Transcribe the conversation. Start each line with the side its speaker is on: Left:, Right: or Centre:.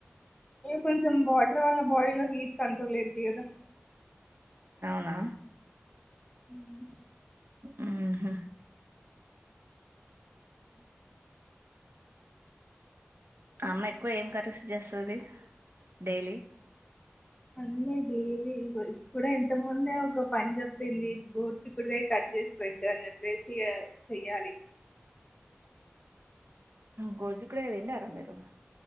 Left: ఇ కొంచెం వాటర్ వాల్ల బాడీలో హీట్ కంట్రోల్ అద్ది కదా
Right: అవునా
Left: ఉహ్
Right: ఉహు అమ్మ ఎక్కువ ఏం కర్రీస్ చేస్తుది డైలీ
Left: అన్నేది ఇప్పు ఇంత ముంద ఒక పని చెప్పింది గోరుచిక్కుడుకాయ కట్ చేసి పెట్టి అ చెప్పేసిచెయ్యాలి
Right: గోరుచిక్కుడుకాయ తింటారా మీరు